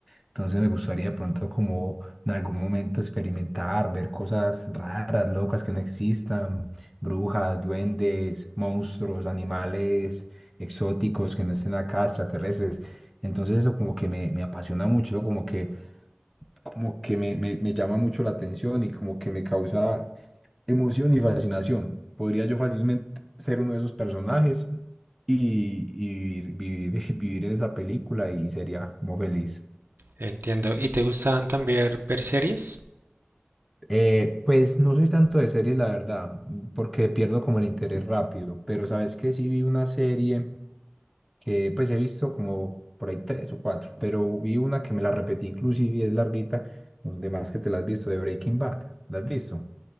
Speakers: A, in the centre; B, on the right.
A: entonces me gustaría de pronto como en algún momento experimentar, ver cosas raras, locas que no existan, brujas, duendes, monstruos, animales exóticos que no estén acá, extraterrestres. Entonces eso como que me, me apasiona mucho, ¿no? como que, como que me, me, me llama mucho la atención y como que me causa emoción y fascinación. Podría yo fácilmente ser uno de esos personajes y, y vivir, <laughs> vivir en esa película y sería como feliz.
B: entiendo. ¿Y te gustan también ver series?
A: Eh, pues no soy tanto de series, la verdad, porque pierdo como el interés rápido, pero sabes que sí vi una serie que pues he visto como por ahí tres o cuatro, pero vi una que me la repetí inclusive y es larguita, donde más que te la has visto de Breaking Bad, ¿la has visto?